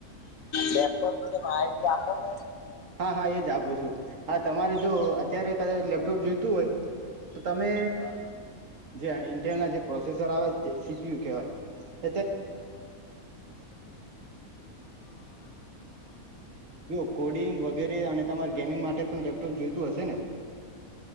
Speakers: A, on the left; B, on the right.
A: લેપટોપ વિશે માહિતી આપોને,
B: હા હા એ જ આપું છું, હા તમારે જો અત્યારે કદાચ લેપટોપ જોઈતું હોય, તો તમે
A: હા.
B: જે ઇન્ટેલ ના જે પ્રોસેસર આવે છે સીપીયુ કવય <unintelligible> બીન વગેરે અને તમારે ગેમિંગ માટે પણ લેપટોપ જોઈતું હશે ને